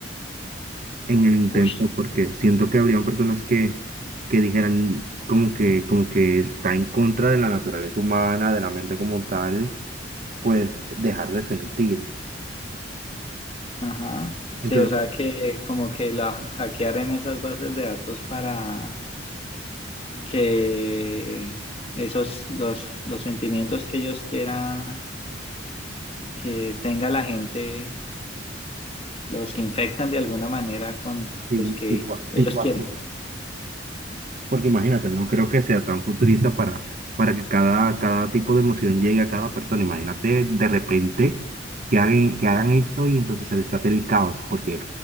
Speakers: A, on the right; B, on the left.
A: en el intento
B: Uf,
A: porque siento que habrían personas que, que dijeran como que, como que está en contra de la naturaleza humana, de la mente como tal, pues dejar de sentir.
B: Ajá. Sí,
A: Entonces,
B: o sea que como que la hackearan esas bases de datos para que esos los, los sentimientos que ellos quieran que tenga la gente los infectan de alguna manera con
A: sí,
B: los que
A: tipo,
B: ellos
A: tipo
B: quieren.
A: así. Porque imagínate, no creo que sea tan futurista para, para que cada, cada tipo de emoción llegue a cada persona. Imagínate de repente que hagan, que hagan eso y entonces se desate el caos, porque